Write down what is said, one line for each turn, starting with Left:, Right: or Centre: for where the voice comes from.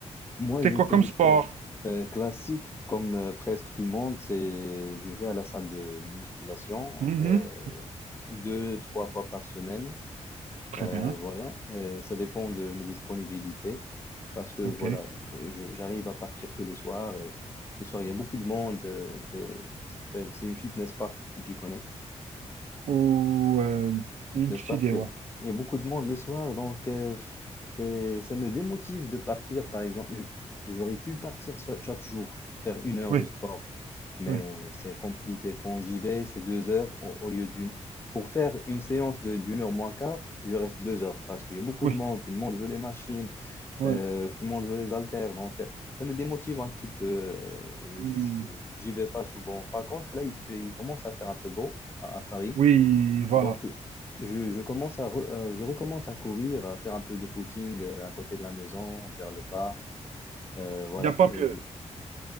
Left: moi,
Right: c'est
Left: je
Right: quoi
Left: fais
Right: comme
Left: du
Right: sport?
Left: sport euh, classique, comme euh, presque tout le monde. C'est, je vais à la salle de, de musculation
Right: Mhm.
Left: euh, deux, trois fois par semaine.
Right: Très
Left: Euh,
Right: bien,
Left: voilà, Et ça dépend de mes disponibilités parce que
Right: ok.
Left: voilà, je- j'arrive à partir que le soir et le soir, il y a beaucoup de monde. euh, C'est ça s'appelle- c'est une fitness park si tu connais.
Right: Ou euh,
Left: Fitness
Right: une petite
Left: park,
Right: idée,
Left: il
Right: ouais.
Left: y a, il y a beaucoup de monde le soir, donc euh, c'est, ça me démotive de partir, par exemple. Je- J'aurais pu partir cha- chaque jour, faire une heure
Right: Oui,
Left: de sport, mais
Right: oui,
Left: c'est compliqué. Quand j'y vais, c'est deux heures au, au lieu d'une. Pour faire une séance de, d'une heure moins quart, je reste deux heures parce qu'il y a beaucoup
Right: oui,
Left: de monde, tout le monde veut les machines,
Right: oui.
Left: euh, tout le monde veut les haltères, donc euh, ça me démotive un petit peu. euh,
Right: Mm.
Left: je- j'y vais pas souvent. Par contre, là, il fait, il commence à faire un peu beau à à Paris.
Right: Oui, voilà.
Left: Donc, je, je commence à re- euh, je recommence à courir, à faire un peu de footing euh, à côté de la maison, vers le parc. Euh, voilà.
Right: Il n'y a pas
Left: Euh,
Right: mieux.
Left: je-